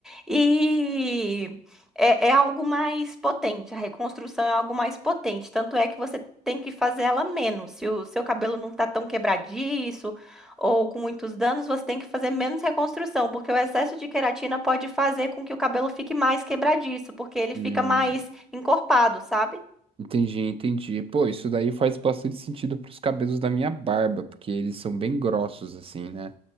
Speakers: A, in the centre; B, on the right.
A: E é, é algo mais potente, a reconstrução é algo mais potente. Tanto é que você tem que fazer ela menos. Se o seu cabelo não tá tão quebradiço ou com muitos danos, você tem que fazer menos reconstrução, porque o excesso de queratina pode fazer com que o cabelo fique mais quebradiço, porque ele
B: Hum.
A: fica mais encorpado, sabe?
B: Entendi, entendi. Pô, isso daí faz bastante sentido pros cabelos da minha barba, porque eles são bem grossos assim, né?